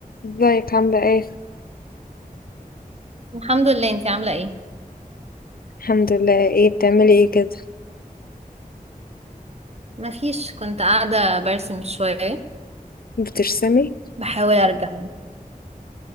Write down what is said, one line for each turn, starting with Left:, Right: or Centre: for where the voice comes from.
Left: ازيك عاملة ايه؟
Right: الحمد لله انتي عاملة ايه
Left: الحمد لله ايه بتعملي ايه كده؟
Right: مفيش كنت قاعدة برسم شوية
Left: بترسمي؟
Right: بحاول ارجع